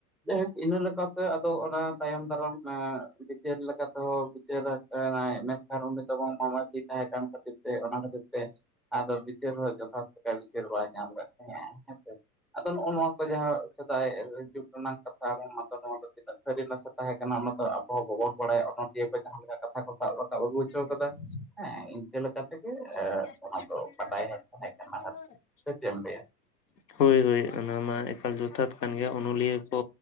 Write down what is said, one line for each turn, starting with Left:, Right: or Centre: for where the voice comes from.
Centre: ᱡᱟᱭᱦᱳᱠ ᱤᱱᱟᱹ ᱞᱮᱠᱟᱛᱮ ᱟᱫᱚ ᱚᱱᱟ ᱛᱟᱭᱚᱢ ᱫᱟᱨᱟᱢ ᱵᱤᱪᱟᱹᱨ ᱞᱮᱠᱟ ᱛᱮᱦᱚᱸ ᱪᱮᱫᱮᱭ ᱢᱮᱱᱠᱷᱟᱱ ᱩᱱᱤ ᱫᱚ ᱵᱟᱝ ᱢᱟᱹᱡᱷᱤ ᱛᱟᱦᱮᱸ ᱠᱟᱱ ᱠᱷᱟᱹᱛᱤᱨ ᱛᱮ ᱚᱱᱟ ᱠᱷᱟᱹᱛᱤᱨ <unintelligible> ᱟᱫᱚ ᱵᱤᱪᱟᱹᱨ ᱦᱚᱸ ᱡᱚᱛᱷᱟᱛ ᱞᱮᱠᱟ ᱵᱤᱪᱟᱹᱨ ᱵᱟᱭ ᱧᱟᱢ ᱞᱮᱜ ᱛᱟᱦᱮᱸᱜᱼᱟᱭ ᱦᱮᱸᱥᱮ, ᱟᱫᱚ ᱱᱚᱜᱼᱚ ᱱᱚᱣᱟ ᱠᱚ ᱡᱟᱦᱟᱸ ᱥᱮᱫᱟᱭ ᱡᱩᱜᱽ ᱨᱮᱱᱟᱜ ᱠᱟᱛᱷᱟ ᱠᱟᱱᱟ ᱟᱫᱚ ᱱᱚᱣᱟ ᱫᱚ ᱛᱤᱱᱟᱹᱜ ᱥᱟᱹᱨᱤ ᱱᱟᱥᱮ ᱛᱟᱸᱦᱮ ᱠᱟᱱᱟ ᱾ ᱚᱱᱟ ᱢᱟᱛᱚ ᱟᱵᱚ ᱵᱟᱵᱚᱱ ᱵᱟᱲᱟᱭᱟ ᱚᱱᱚᱞᱤᱭᱟᱹ ᱠᱚ ᱡᱟᱦᱟᱸ ᱞᱮᱠᱟ ᱠᱟᱛᱷᱟ ᱠᱚ ᱥᱟᱵ ᱨᱟᱠᱟᱵ ᱟᱹᱜᱩ ᱦᱚᱪᱚ
Left: <inaudible>
Centre: ᱠᱟᱫᱟ ᱦᱮᱸ ᱤᱱᱠᱟᱹ ᱞᱮᱠᱟ ᱛᱮᱜᱮ ᱚᱱᱟ
Left: <unintelligible>
Centre: ᱫᱚ ᱵᱟᱰᱟᱭ ᱦᱮᱡ ᱛᱟᱦᱮᱸ ᱠᱟᱱᱟ ᱟᱨᱠᱤ᱾ ᱥᱮ ᱪᱮᱫ ᱮᱢ ᱞᱟᱹᱭᱟ
Left: ᱦᱳᱭ ᱦᱳᱭ ᱚᱱᱟ ᱢᱟ ᱮᱠᱟᱞ ᱡᱚᱛᱷᱟᱛ ᱠᱟᱱ ᱜᱮᱭᱟ ᱚᱱᱚᱞᱤᱭᱟᱹ ᱠᱚ